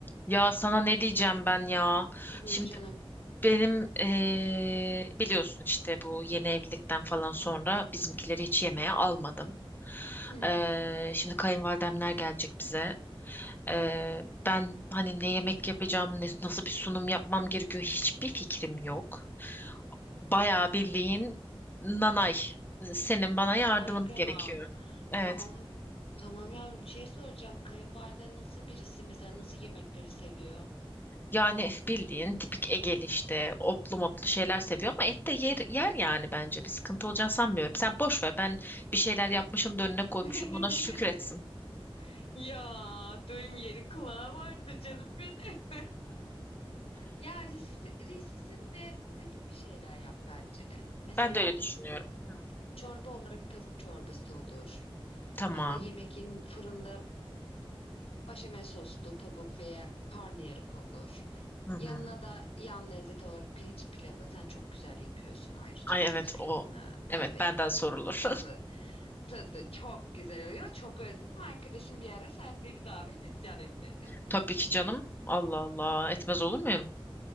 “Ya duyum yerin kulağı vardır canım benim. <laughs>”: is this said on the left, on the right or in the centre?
Left